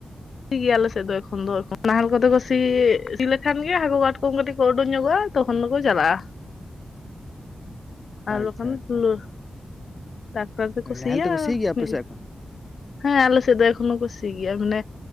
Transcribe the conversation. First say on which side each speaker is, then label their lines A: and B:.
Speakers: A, on the left (about 65°); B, on the left (about 25°).
A: ᱥᱤ ᱜᱤᱭᱟᱞᱮ ᱥᱮᱫ ᱫᱚ ᱮᱠᱷᱚᱱ ᱫᱚ ᱱᱟᱦᱮᱞ ᱠᱚᱛᱮ ᱠᱚ ᱥᱤ ᱤᱫᱤ ᱞᱮᱠᱷᱟᱱ ᱜᱮ ᱦᱟᱹᱠᱩ ᱠᱟᱴ ᱠᱚᱢ ᱠᱟᱹᱴᱤᱡ ᱠᱚ ᱩᱰᱩᱝ ᱧᱚᱜᱚᱜᱼᱟ ᱛᱚᱠᱷᱚᱱ ᱫᱚᱠᱚ ᱪᱟᱞᱟᱜᱼᱟ᱾ ᱟᱨ
B: ᱟᱪᱪᱷᱟ
A: ᱵᱟᱠᱷᱟᱱ <unintelligible>
B: ᱟᱪᱪᱷᱟ
A: ᱴᱟᱠᱴᱟᱨ ᱛᱮᱠᱚ
B: ᱱᱟᱦᱮᱞ
A: ᱥᱤᱭᱟ
B: ᱥᱤ ᱜᱮᱭᱟ ᱟᱯᱮ
A: ᱢᱤᱞ
B: ᱥᱮᱫ ᱮᱠᱷᱚᱱ
A: ᱦᱮᱸ ᱟᱞᱮ ᱥᱮᱫ ᱫᱚ ᱮᱠᱷᱚᱱᱳ ᱠᱚ ᱥᱤ ᱜᱮᱭᱟ, ᱢᱟᱱᱮ